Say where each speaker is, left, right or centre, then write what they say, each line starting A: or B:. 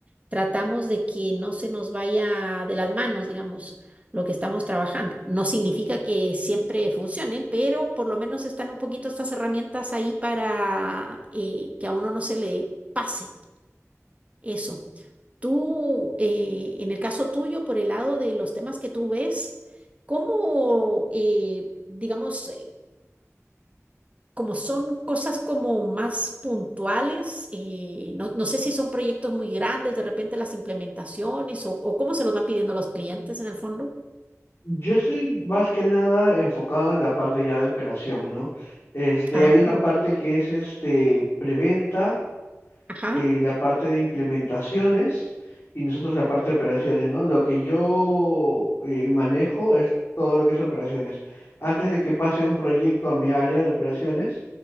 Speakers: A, on the right; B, on the left.
A: tratamos de que no se nos vaya de las manos, digamos, lo que estamos trabajando. No significa que siempre funcione, pero por lo menos están un poquito estas herramientas ahí para eh, que a uno no se le pase eso. Tú, eh, en el caso tuyo, por el lado de los temas que tú ves, ¿cómo, eh, digamos, como son cosas como más puntuales, eh, no, no sé si son proyectos muy grandes, de repente las implementaciones o, o cómo se los van pidiendo los clientes en el fondo.
B: Yo estoy más que nada enfocado en la parte ya de operación, ¿no? Este,
A: Ah,
B: hay una
A: o-
B: parte que es este preventa,
A: ajá,
B: eh, la parte de implementaciones y nosotros la parte de operaciones, ¿no? Lo que yo eh, manejo es todo lo que es operaciones. Antes de que pase un proyecto a mi área de operaciones,